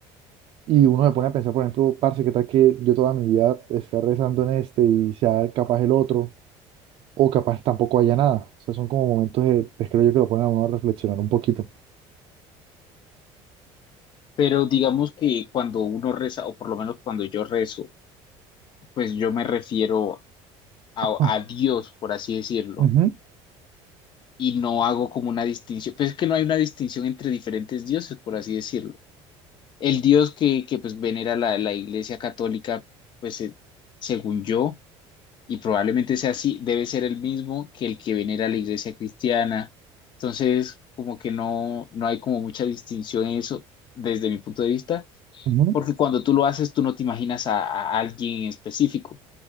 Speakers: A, on the right (about 50°); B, on the left (about 40°).
A: Y uno se pone a pensar, por ejemplo, parce, ¿qué tal que yo toda mi vida esté rezando en este y sea capaz el otro? O capaz tampoco haya nada. O sea, son como momentos de, pues, creo yo que lo ponen a uno a reflexionar un poquito.
B: Pero digamos que cuando uno reza, o por lo menos cuando yo rezo, pues yo me refiero a,
A: Ah,
B: a Dios, por así decirlo.
A: ujú,
B: y no hago como una distinción, pues es que no hay una distinción entre diferentes dioses, por así decirlo. El dios que, que pues venera la, la Iglesia Católica, pues eh, según yo, y probablemente sea así, debe ser el mismo que el que venera la Iglesia Cristiana. Entonces, como que no, no hay como mucha distinción en eso desde mi punto de vista,
A: ujú.
B: porque cuando tú lo haces, tú no te imaginas a, a alguien en específico.